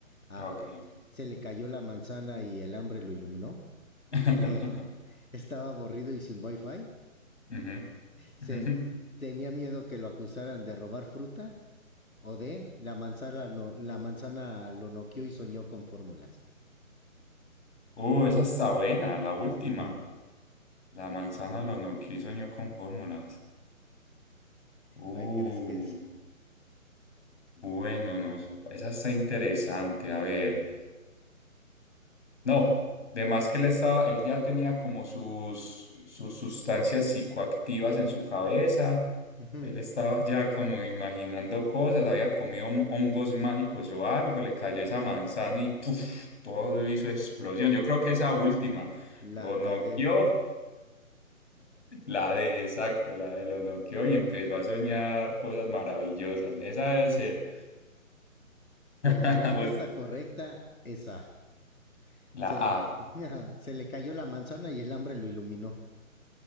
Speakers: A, on the left; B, on the left.
A: A.
B: Ok.
A: Se le cayó la manzana y el hambre lo iluminó.
B: <laughs>
A: B. Estaba aburrido y sin wifi.
B: Ujú.
A: C.
B: Ujú.
A: Tenía miedo que lo acusaran de robar fruta. O D. La manzana, no- la manzana lo noqueó y soñó con fórmulas.
B: Uh, esa está buena, la última.
A: Ujú,
B: La manzana
A: ujú.
B: lo noqueó y soñó con fórmulas. Uh,
A: ¿Cuál crees que es?
B: bueno, no, sé, esa está interesante. A ver. No, de más que él estaba, él ya tenía como sus, sus sustancias psicoactivas en su cabeza.
A: Ujú.
B: Él estaba ya como imaginando cosas, había comido hon- hongos mágicos o algo, le cayó esa manzana y ¡puf! todo
A: Mm,
B: hizo explosión. Yo creo que esa última lo
A: La,
B: noqueó,
A: la D.
B: la de exacto, la de lo noqueó y empezó a soñar cosas maravillosas. Esa debe ser.
A: Pues
B: <laughs>
A: la respuesta
B: Pues,
A: correcta es A.
B: la
A: Se
B: A.
A: le, <laughs> se le cayó la manzana y el hambre lo iluminó.